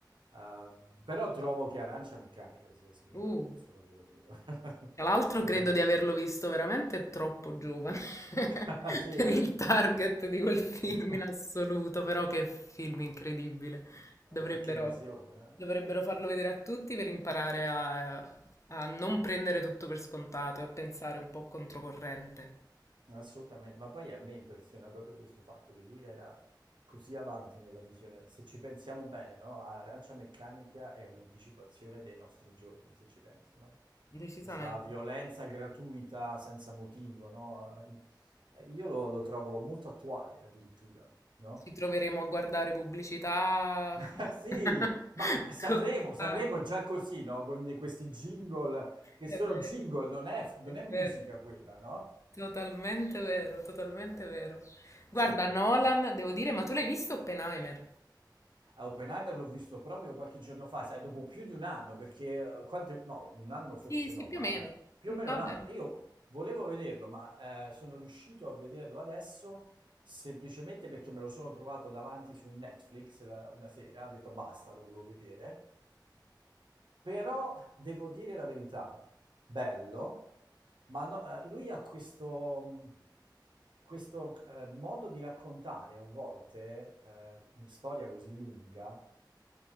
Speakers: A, on the right (about 90°); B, on the left (about 40°).
A: Ehm, però trovo che Arancia Meccanica sia sicuramente
B: Uh.
A: il suo lavoro migliore <laughs>
B: Tra l'altro
A: per
B: credo
A: me.
B: di averlo visto veramente troppo giovane <laughs>
A: <laughs> Ah, sì?
B: per il target di quel film
A: <laughs>
B: in assoluto, però che film incredibile.
A: Eh,
B: Dovrebbero,
A: E che visione,
B: dovrebbero
A: eh?
B: farlo
A: Sì.
B: vedere a tutti per imparare a, a non prendere tutto per scontato e a pensare un po' controcorrente.
A: Assolutamente, ma poi a me impressiona proprio questo fatto che lui era così avanti nella visione. Se ci pensiamo bene, no? Arancia Meccanica è un'anticipazione dei nostri giorni, se ci pensi, no?
B: Decisamente.
A: Questa violenza gratuita senza motivo, no? In- eh, Io lo, lo trovo molto attuale addirittura, no?
B: Ci troveremo a guardare pubblicità.
A: <laughs> Sì,
B: <laughs>
A: ma Sanremo,
B: costante.
A: Sanremo è già così, no? Con questi jingle che
B: È
A: sono
B: vero,
A: jingle, non è, non
B: è vero.
A: è musica quella, no?
B: Totalmente vero, totalmente vero. Guarda,
A: Sì.
B: Nolan, devo dire, ma tu l'hai visto Oppenheimer?
A: A Oppenheimer l'ho visto proprio qualche giorno fa, sai, dopo più di un anno, perché eh, quante, no, un anno forse
B: Sì, sì,
A: no,
B: più
A: ma
B: o meno.
A: eh, più
B: Mm,
A: o meno
B: Vabbè,
A: un anno. Io volevo vederlo, ma eh, sono riuscito a vederlo adesso semplicemente perché me lo sono trovato davanti su Netflix eh, una sera, ho detto basta, lo devo vedere. Però devo dire la verità, bello, ma no- eh, lui ha questo, mh, questo, eh, modo di raccontare a volte eh, una storia così lunga